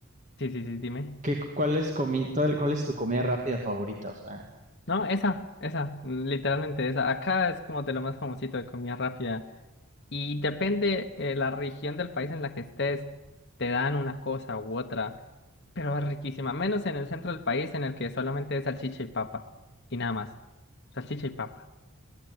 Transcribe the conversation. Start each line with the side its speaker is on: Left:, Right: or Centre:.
Left: sí, sí, sí, dime.
Right: ¿qué, cuál es comi, cuál es tu comida rápida favorita? O sea,
Left: No, esa, esa, literalmente esa. Acá es como de lo más famosito de comida rápida. Y depende eh, la región del país en la que estés, te dan una cosa u otra, pero es riquísima, menos en el centro del país en el que solamente es salchicha y papa, y nada más, salchicha y papa.